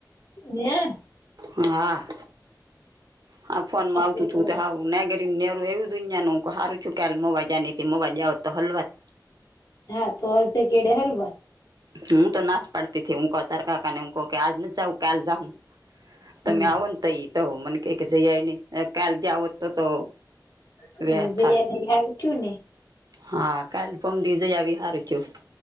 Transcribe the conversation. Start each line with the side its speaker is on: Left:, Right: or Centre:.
Left: હમ્મ.
Right: હા. હા ફોન માં
Left: આપડે
Right: આવતું તું
Left: તો
Right: હું. નાગરી નેરું એવું દુનિયા નનું હારું છું કેલ મોવાજા હ મોવાજા હોત તો હલવાત.
Left: હા ત અર્થે કેડે હલવા.
Right: હું તો નાશ પડતી થી હું ક. ત કકાને એું કહું કે આજ ન જાઉ કાલ જાઉ તોમેં
Left: હમ
Right: આવો તોઈ તો મ કે કે છે એ ન કાલ જઓ તો તો
Left: <unintelligible>
Right: વે થાત હા. <unintelligible>